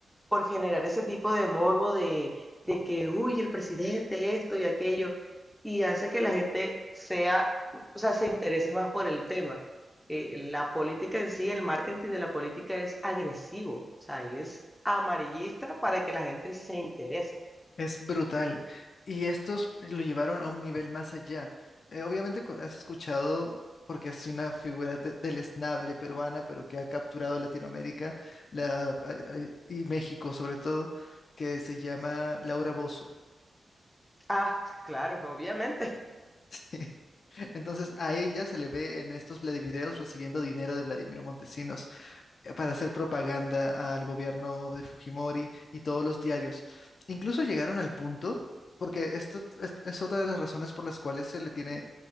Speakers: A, in the centre; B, on the left (about 60°).
A: por generar ese tipo de morbo de, de que, uy, el presidente, esto y aquello, y hace que la gente sea, o sea, se interese más por el tema. Eh, la política en sí, el marketing de la política es agresivo, o sea, es amarillista para que la gente se interese.
B: Es brutal. Y estos lo llevaron a un nivel más allá. Eh, obviamente co- has escuchado, porque es una figura de- del esnable peruana, pero que ha capturado Latinoamérica la, a- a- y México sobre todo, que se llama Laura Bozzo.
A: Ah, claro, obviamente.
B: <laughs> Entonces a ella se le ve en estos Vladivideos recibiendo dinero de Vladimiro Montesinos. eh, para hacer propaganda al gobierno de Fujimori y todos los diarios. Incluso llegaron al punto, porque esto es, es otra de las razones por las cuales se le tiene